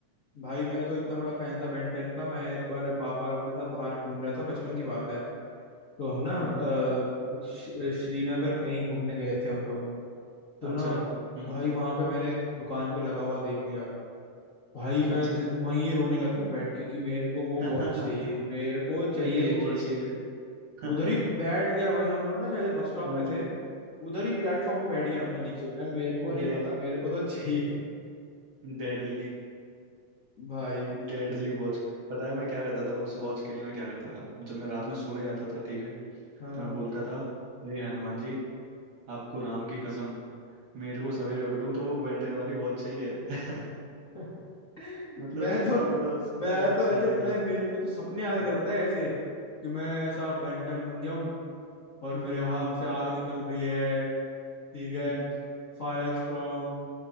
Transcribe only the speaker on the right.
हाँ
हाँ
अच्छा
हम्म हम्म,
अच्छा
<laughs>
इनका
वॉच हो
गया
<laughs>
हाँ,
अरे
डेडली
Deadly
watch पता है मैं क्या करता था वो उस वॉच के लिए मैं क्या करता था जब मैं रात में सोने जाता था ठीक है
तो मैं बोलता था हे हनुमान जी आपको राम की कसम मेरे को सवेरे उठूं तो वो बेंटेन वाली बहुत सही है <laughs>
मतलब
इतना
मतलब उसका
चाहिए
था
हम्म
हम्म
हम्म।